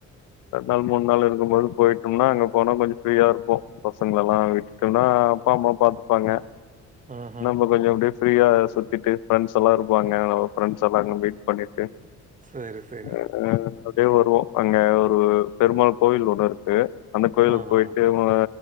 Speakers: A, on the left; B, on the right.
A: ரெண்டு நாள் மூணு நாள் இருக்கும் போது போயிட்டோம்னா அங்க போனா கொஞ்சோ ஃப்ரீயா இருக்கூ பசங்களலா வீட் ட்டனா அப்பா அம்மா பாத்தப்பாங்க
B: ஆஹா.
A: நம்ம கொஞ்சோ அப்டி ஃப்ரீயா சுத்திட்டு ஃப்ரெண்ட்ஸ் எல்லா இருப்பாங்க ஒ ஃப்ரெண்ட்ஸெல்லா அங்க மீட் பண்ணிட்டு
B: சரி, சரி.
A: அ அப்டியே வருவோ அங்க ஒரு பெருமாள் கோவில் ஒன்னு இருக்கு அந்த கோயிலுக்
B: ஆ,
A: போயிட்டு
B: ஆ.
A: வ